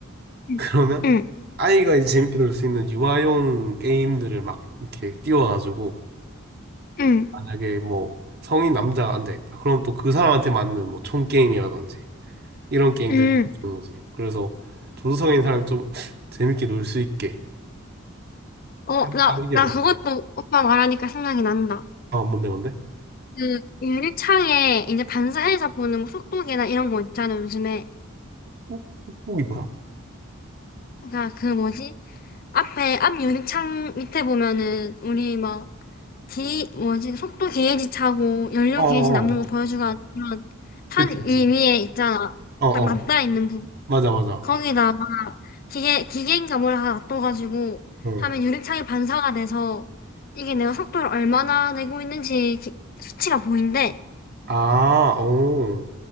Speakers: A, on the right (about 50°); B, on the left (about 45°).
A: <laughs>
B: 응,
A: 그러면
B: 응.
A: 아이가 이제 재밌게 놀 수 있는 유아용 게임들을 막 이렇게 띄워놔주고,
B: 응.
A: 만약에 뭐 성인 남자가 앉아 있다. 그럼 또 그 사람한테 맞는 뭐 총 게임이라든지 이런 게임들을
B: 음,
A: 주는 거지. 그래서 조수석에 있는 사람이 좀 재밌게 놀 수 있게
B: 어,
A: 할
B: 나,
A: 아이디어가
B: 나 그것도 오빠 말하니까 생각이 난다.
A: 어, 뭔데, 뭔데?
B: 그, 유리창에 이제 반사해서 보는 뭐 속도계나 이런 거 있잖아, 요즘에.
A: 뽁- 뽁뽁이 뭐야?
B: 그니까 그 뭐지? 앞에, 앞 유리창 밑에 보면은, 우리 막, 기, 뭐지? 속도 게이지 차고, 연료
A: 어, 어,
B: 게이지 남는
A: 어.
B: 거 보여주고 하는 그런 탄
A: 그치,
B: 위-
A: 그치.
B: 위에 있잖아.
A: 어, 어.
B: 딱 맞닿아 있는 부분.
A: 맞아, 맞아.
B: 거기다 기계, 기계인감을 하나 놔둬가지고
A: 어.
B: 하면 유리창에 반사가 돼서 이게 내가 속도를 얼마나 내고 있는지 기- 수치가 보인대.
A: 아, 어.